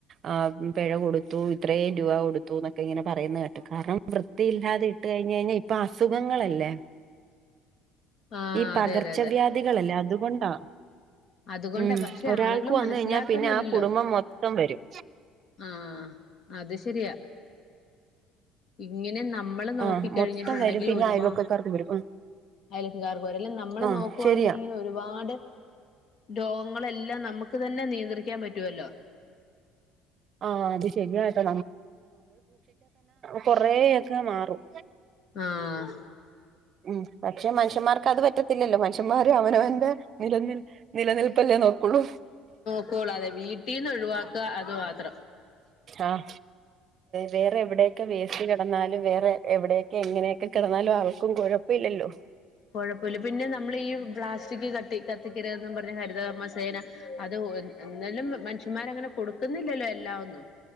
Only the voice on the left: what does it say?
ആഹ്
അതെ അതെ അതെ
അതുകൊണ്ടാ
പക്ഷെ ആളുകൾ
മനസ്സിലാക്കുന്നില്ലല്ലോ
ആഹ അത് ശെരിയാ ഇങ്ങനെ നമ്മള് നോക്കി
കഴിഞ്ഞിട്ടുണ്ടെങ്കിൽ
ഒരുവാ
അയലക്കകാർക്ക പോല്ലാം നമ്മെള്
നോക്കുവാണെങ്കിൽ
ഇങ്ങനെ ഒരുപാട് രോഗങ്ങളെല്ലാം നമുക്ക് തന്നെ നിയന്ത്രിക്കാൻ പറ്റുവല്ലോ
ആഹ
ഇപ്പോൾ അതെ വീട്ടിൽ നിന്ന് ഒഴിവാക്കുക അത് മാത്രം
കുഴപ്പമില്ല പിന്നെ നമ്മൾ ഈ പ്ലാസ്റ്റിക് കത്തി കത്തിക്കരുത്എന്നും പറഞ്ഞ ഹരിതകർമ്മസേന സേന അത് ഒ എന്നലും മനുഷ്യന്മാർ അങ്ങനെ കൊടുക്കുന്നില്ലല്ലോ എല്ലാം ഒന്നും